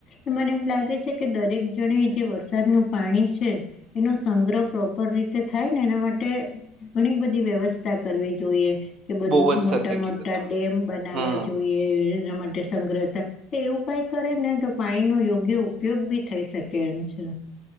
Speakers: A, on the left; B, on the right.
A: મને એમ લાગે છે કે દરેક જણે જે વરસાદનું પાણી છે. એનો સંગ્રહ પ્રોપર રીતે થાય ને એના માટે ઘણી બધી વ્યવસ્થા કરવી જોઈએ, કે બધું
B: બહુ જ
A: મોટા
B: સત્ય
A: મોટા
B: કીધું તમે
A: ડેમ બનાવવા
B: હમ
A: જોઈએ. એના માટે સંગ્રહ એવું કાય કરે ને તો પાણી નો યોગ્ય ઉપયોગ બી થઈ શકે એમ છે.